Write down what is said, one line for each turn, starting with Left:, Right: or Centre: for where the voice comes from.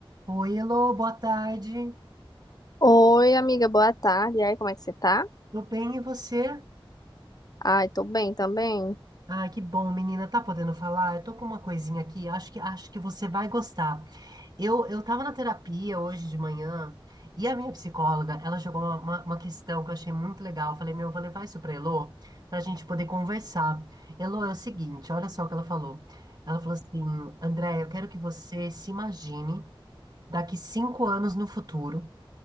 Right: Oi, Elô, boa tarde.
Left: Oi, amiga, boa tarde. E aí, como é que você tá?
Right: Tô bem, e você?
Left: Ai, tô bem também.
Right: Ai, que bom, menina. Tá podendo falar? Eu tô com uma coisinha aqui, acho que acho que você vai gostar. Eu, eu tava na terapia hoje de manhã e a minha psicóloga, ela jogou uma, uma, uma questão que eu achei muito legal. Eu falei, meu, eu vou levar isso pra Elô pra gente poder conversar. Elô, é o seguinte, olha só o que ela falou. Ela falou assim, André, eu quero que você se imagine daqui cinco anos no futuro.